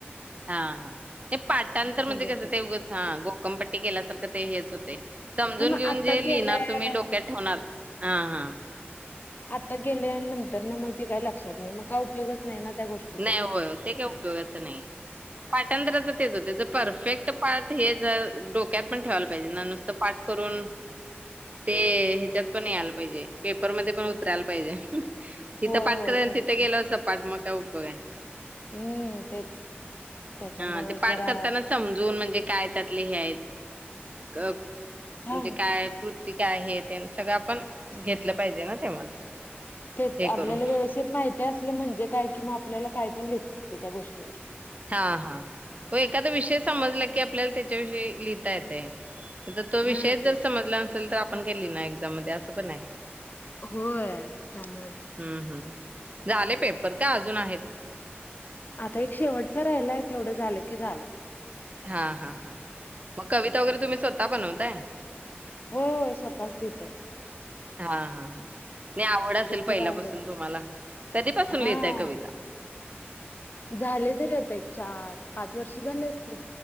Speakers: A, on the right; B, on the left.
A: हा हा. नाही पाटांतर म्हणजे
B: लिहता
A: कसं ते उगंच हा गोकमपट्टी केल्यासारखं ते हेच होतय समजून
B: हा मग
A: घेऊन
B: आता
A: जे
B: केलंय
A: लिहिणार तुम्ही डोक्यात ठेवणार हा हां.
B: आता गेलेन अन तर ना मग ती काही लक्षात नाही मग काय उपयोगच नाही ना त्या गोष्टीचा
A: नाही होय ते काय उपयोगाच नाही पाठांतर तेच होते जर परफेक्ट पाठ हे जर डोक्यात पण ठेवायला पाहिजे नुसत पाठ करून ते ह्याच्यात पण नाही आलं पाहिजे पेपर मध्ये पण उतरायला पाहिजे. इथं
B: होय
A: पाठ
B: होय
A: कर
B: खरंच
A: तिथं गेल
B: की
A: सपाठ मग काय ऊप होय.
B: हम्म तेच त्याच्यामुळे
A: हा ते पाठ
B: जरा
A: करताना समजून म्हणजे काय त्यातले हे आहेत म्हणजे
B: हा
A: काय काय आहे ते सगळं आपण घेतलं पाहिजे ना तेव्हाच
B: तेच
A: हे करून
B: आपल्याला व्यवस्थित माहिती असलं म्हणजे काय कि आपल्याला काय पण लिहिता येत त्या गोष्टीवर
A: हा हा व एखादा विषय समजला की आपल्याला त्याच्या विषयी लिहिता येतं. तो विषय
B: हा तेच.
A: जर समजला नसेल तर पण केली ना एक्झाम मध्ये असं पण आहे.
B: होय त्यामुळेच
A: हम्म झाले पेपर का अजून आहेत.
B: आता एक शेवटच राहिलाय तेवढं झालं की झालं.
A: हा हा हा. मग कविता वगैरे
B: तेवढंच.
A: तुम्ही स्वतः बनवताय?
B: होय होय स्वतःच देते.
A: हा हा. नाही आवड असेल
B: जरा
A: पहिल्यापासून
B: आवड आहे.
A: तुम्हाला कधीपासून
B: हा
A: लिहितायं कविता
B: झाले तरी आता एक चार पाच वर्ष झाले असतील.